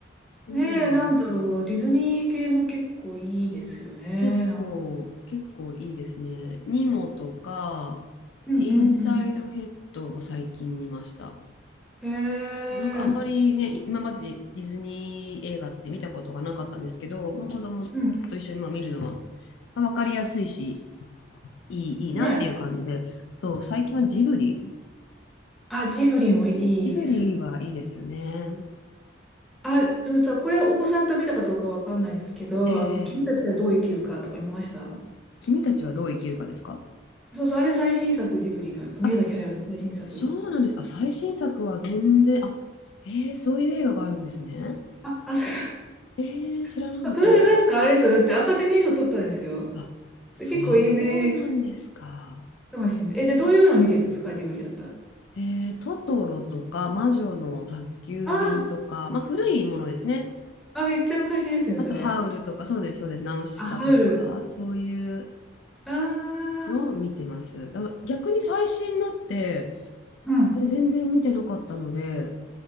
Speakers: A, on the left; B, in the centre.
A: うん。
B: ねえ、なんだろう、ディズニー系も結構いいですよね。
A: 結構、
B: なんか
A: 結構いいですね。ニモとか、
B: うんうんうん。
A: インサイドヘッドを最近見ました。
B: へえ、
A: なんかあんまりね、今までディズニー映画って見たことがなかったんですけど、まあ、子供と一緒にまあ見るのは、
B: うん。
A: まあ、分かりやすいし、いい、いいなっていう感じで、
B: ね。
A: あと最近はジブリ
B: あ、ジブリもいいですね。
A: ジブリはいいですよね。
B: あ、でもさ、これお子さんと見たかどうかわかんないですけど、
A: ええええ
B: あの、君たちはどう生きるかとか見ました
A: 君たちはどう生きるかですか
B: そうそう、あれ最新作、ジブリの、宮崎駿の最新作。
A: あ、そうなんです。あ、最新作は全然、あ、ええそういう映画があるんですね。
B: あ、あ、それ、
A: ええ知らなかったです。
B: <laughs> それなんかあれですよ。だってアカデミー賞取ったんですよ。
A: あ、そうなんですか。
B: で結構有名かもしれない。え、じゃあどういうの見てるんですかジブリだったら。
A: ええトトロとか、魔女の宅急便とか、
B: あ
A: まあ、古いものですね。
B: あ、あ、めっちゃ昔ですね、
A: あと、
B: それ。
A: ハウルとか、そうです、そうです。ナウシカとか、
B: あ、ハウル。
A: そういう
B: あ
A: のを見てます。
B: あ、
A: だから逆に最新のって、
B: うん。
A: え全然見てなかったので、